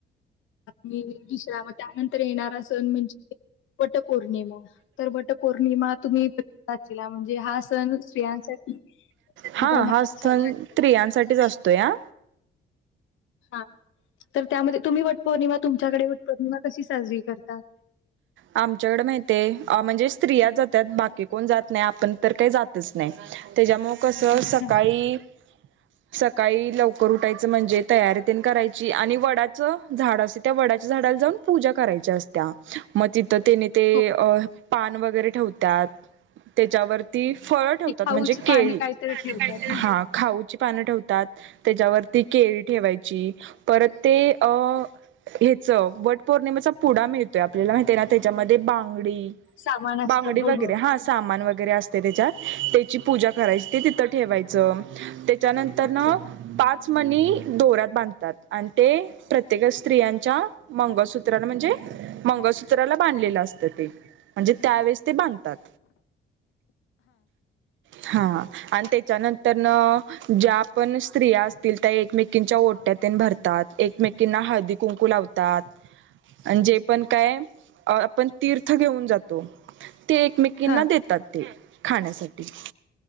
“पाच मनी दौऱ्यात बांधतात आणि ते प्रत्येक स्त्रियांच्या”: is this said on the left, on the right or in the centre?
Right